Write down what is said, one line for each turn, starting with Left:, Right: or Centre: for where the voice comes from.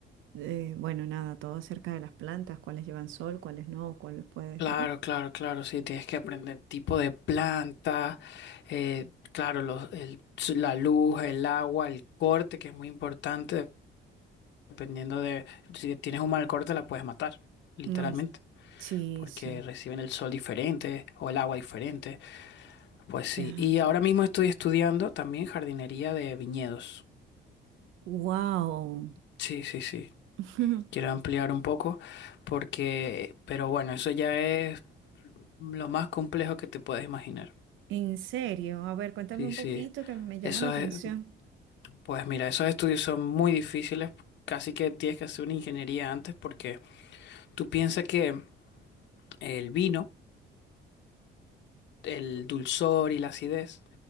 Right: eh, bueno, nada, todo acerca de las plantas, cuáles llevan sol, cuáles no, cuáles puedes,
Left: Claro,
Right: ¿no?
Left: claro, claro, sí, tienes que aprender tipo de planta, eh, claro, los, el- la luz, el agua, el corte, que es muy importante, dependiendo de si tienes un mal corte la puedes matar, literalmente,
Right: Ay, sí,
Left: porque
Right: sí,
Left: reciben el sol diferente o el agua diferente. Pues sí,
Right: ya.
Left: y ahora mismo estoy estudiando también jardinería de viñedos.
Right: Wow.
Left: Sí, sí, sí.
Right: <laughs>
Left: Quiero ampliar un poco porque, pero bueno, eso ya es lo más complejo que te puedes imaginar.
Right: En serio, a ver, cuéntame
Left: Sí,
Right: un
Left: sí.
Right: poquito que me llama
Left: Esos,
Right: la atención.
Left: eh, pues mira, esos estudios son muy difíciles, casi que tienes que hacer una ingeniería antes porque tú piensas que el vino, el dulzor y la acidez